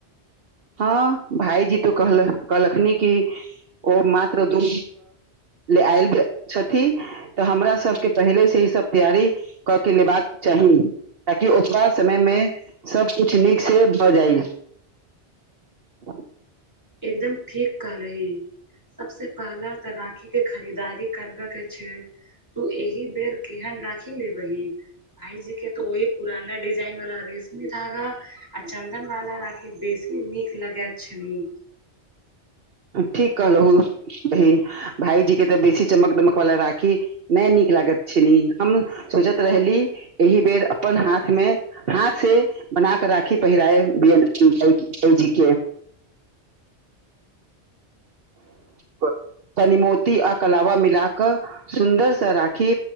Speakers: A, on the right; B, on the right.
A: ह भायजी तो कहल कहलखिन कि ओ मात्र दू ले आयल छथि तऽ हमरा सभके पहिले से ई सभ तैयारी क के लेबाक चाही ताकि ओतबा समय मे सभ कुछ नीक से भऽ जाइ ह
B: एकदम ठीक कहल ह सभसे पहला त राखी के खरीदारी करबे के छै तु एहि बेर केहेन राखि लेबहि भाईजी के तो ओही पुराना डिजाइन वला रेशमी धागा। आ चन्दन वाला राखी बेसी नीक लागो छैय।
A: ठीक कहलहु बहिन भईजी के ता बेसी चमक दमक वाला राखी। नहि निक लागत छिन हम सोचत रहली एहि बेर अपन हाथमे। हाथ से बना कऽ राखी पहिराए भाईजी के। क। कनी मोती आ कलबा मिला कऽ सुन्दर से राखी